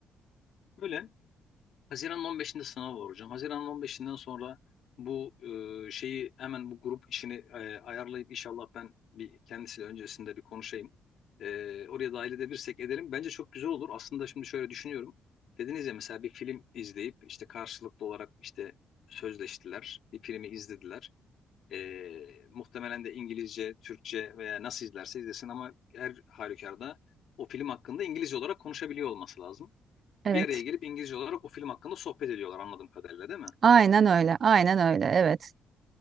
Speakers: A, on the left; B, on the right.
A: Böyle Haziran'ın 15'inde sınav var hocam. Haziran'ın 15'inden sonra bu e, şeyi hemen bu grup işini e, ayarlayıp inşallah ben bir kendisiyle öncesinde bir konuşayım. E, oraya dahil edebilirsek edelim. Bence çok güzel olur. Aslında şimdi şöyle düşünüyorum. Dediniz ya mesela bir film izleyip işte karşılıklı olarak işte sözleştiler. Bir filmi izlediler. E, muhtemelen de İngilizce, Türkçe veya nasıl izlerse izlesin ama her halükarda o film hakkında İngilizce olarak konuşabiliyor olması lazım
B: Evet.
A: bir araya gelip İngilizce olarak o film hakkında sohbet ediyorlar anladığım kadarıyla değil mi?
B: Aynen öyle, aynen öyle, evet.